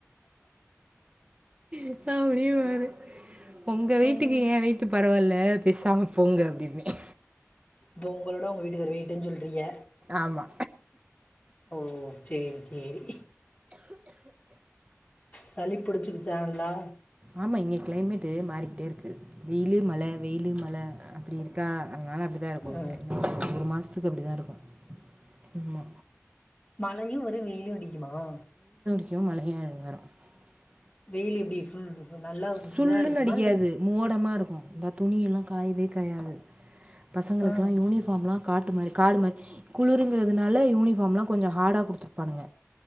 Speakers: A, on the right (about 25°); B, on the left (about 30°).
A: அப்பிடின்னுபாரு உங்க
B: ம்
A: வெயிட்டுக்கு ஏ வெயிட்டு பரவாயில்ல பேசாம போங்க அப்பிடின்ப
B: பொங்களோட உங்க வீட்டுகாரு வெயிட்டுன்னு சொல்றீங்க
A: ஆமா
B: ஓ சேரி சேரி சளி புடிச்சுக்குச்சா நல்லா
A: ஆமா இங்க கிளைமேட்டு மாறிக்கிட்டே இருக்கு வெயில் வெயிலு மல வெயில்லு மல அப்டி இருக்கா அன்னால அப்டி அத்த
B: ஆ
A: பொறுமையா இருங்க ஒரு மாசத்து அதுக்கு அப்டி தா இருக்கு ஆம்மா
B: மழையு வரு வெயிலு அடிக்கு ஜிம்மா
A: <inaudible>
B: வெயில் எப்டி இருக்கு நல்லா ஒரு
A: சுள்ளுன்னு
B: இதா அடிக்குமா
A: அடிக்காது
B: இல்ல
A: மோடமாக இந்த துணியெல்லா காயவே காயாது பசங்களுக்குலா
B: ஆ
A: யூனிஃபார்ம்லா காட்டு மாரி காடு மாரி குளுருங்கறதுனால யூனிஃபார்லா கொஞ்சோ ஹார்டா குடுத்துருப்பானுங்க